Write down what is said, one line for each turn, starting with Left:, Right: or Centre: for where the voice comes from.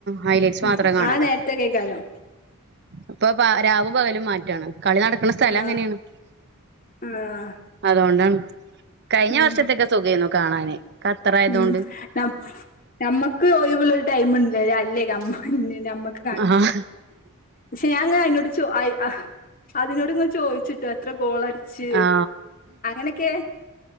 Right: ഹൈലൈറ്റ്സ്
Left: ഉം
Right: മാത്രം കാണല
Left: ആ നേരത്തൊക്കേകാരം.
Right: ഇപ്പൊ പ രാവും പകലും മാറ്റാണ്. കളി നടക്ക്ണ സ്ഥലം
Left: ആഹ്
Right: അങ്ങനേണ്.
Left: ആഹ്
Right: അതോണ്ടാണ് കഴിഞ്ഞ
Left: ഉം
Right: വർഷത്തക്കെ സുഘേന്നു കാണാന് ഖത്തറായതുകൊണ്ട്
Left: ഉം നമ് നമ്മക്ക് ഒയിവുള്ള ഒരു ഡെയ്മുണ്ട് അലമ്മ നമ്മക്ക്
Right: ആഹ ആഹ
Left: ക്ഷെ ഞങ്ങനെ ആയിനോട് ചെ ഐ ആഹ അതിനോട്ങ്ങനെ ചോദിച്ചുട്ടോ എത്ര ഗോളടിച്ച്
Right: ആ
Left: അങ്ങനെക്കെ